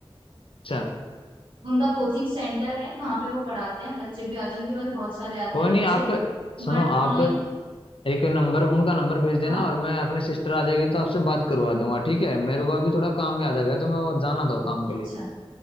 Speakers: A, on the left; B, on the right.
A: अच्छा
B: उनका कोचिंग सेंटर है वहां पे वो पढ़ाते हैं बच्चे भी आते हैं उनके पास बहुत सारे आते
A: कोई
B: हैं
A: नहीं
B: बच्चे
A: आप सुनो
B: But
A: आप
B: online
A: एक नंबर उनका नंबर भेज देना
B: हाँ
A: और मैं अपने सिस्टर आ जाएगी तो आपसे बात करवा दूंगा ठीक है मेरे को अभी थोड़ा काम याद आ गया तो मैं जाना था वो काम के
B: अच्छा
A: लिए